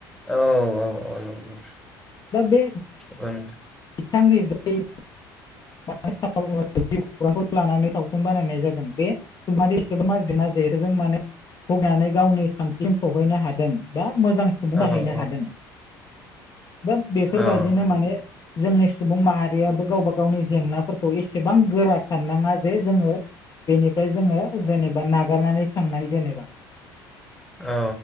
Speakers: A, in the centre; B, on the left.
A: औ औ औ नंगौ
B: दा बे
A: नोंथां।
B: बिथांनि जाय <unintelligible> जिउ खौरांखौ लानानै सावथुन बानायनाय जादों बे सुबुङादे एसेबां जेंना जेथोजों माने गावनि थांखिसिम सहैनो हादों बा मोजां सुबुंङा
A: औ
B: हैैनो हादों
A: औ
B: दा
A: औ
B: बेफोरबायदिनो माने जोंनि सुबुं माहारियाबो गावबा गाव गावनि जेंनाफोरखौ एसेबां गोरा साननाङा जे जोङो बेनिफ्राय जोङो जेनेबा नागारनानै थांनाय जेनेबा।
A: औ